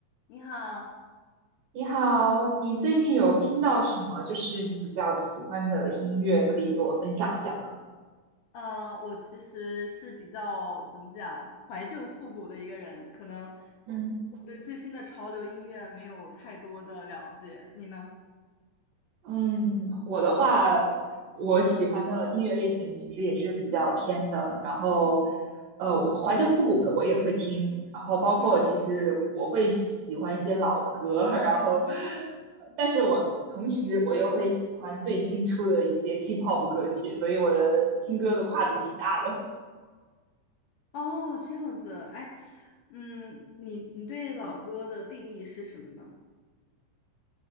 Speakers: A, on the left; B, on the right.
A: 你好，
B: 你好，你最近有听到什么就是你比较喜欢的音乐，可以给我分享一下吗？
A: 呃，我其实是比较怎么讲怀旧复古的一个人，可能
B: 嗯
A: 我对最新的潮流音乐没有太多的了解。你呢？
B: 嗯，我的话，我喜欢的音乐类型其实也是比较偏的，然后，呃，怀旧复古的我也会听，然后包括其实我会喜欢一些老歌，
A: 嗯，
B: 然后，但是我同时我又会喜欢最新出的一些 K-pop 歌曲，所以我的听歌的跨度挺大的。
A: 哦，这样子，哎，嗯，你你对老歌的定义是什么呢？